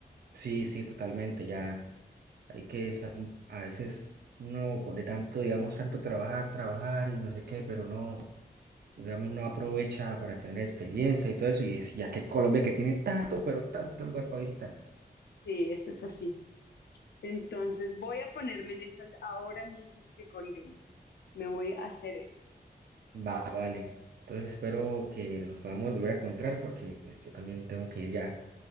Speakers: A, on the right; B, on the left.
A: Sí, sí, totalmente. Ya hay que, sa- a veces, no, de tanto, digamos, tanto trabajar, trabajar y no sé qué, pero no. digamos, no aprovecha para tener experiencia y todo eso, y es- ya que Colombia que tiene tanto, pero tanto lugar para visitar.
B: Sí, eso es así. Entonces voy a ponerme en esas ahora mismo que colguemos. Me voy a hacer eso.
A: Vale, vale. Entonces espero que nos podamos volver a encontrar porque pues yo también tengo que ir ya